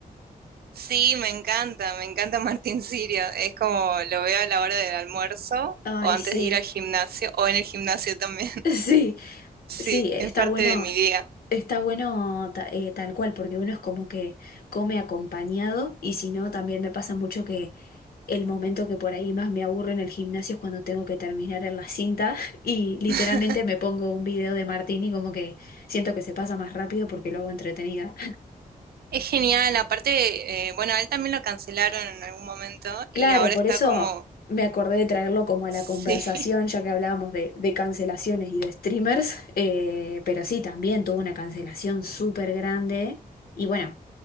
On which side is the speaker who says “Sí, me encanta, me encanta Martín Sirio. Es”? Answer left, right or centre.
Right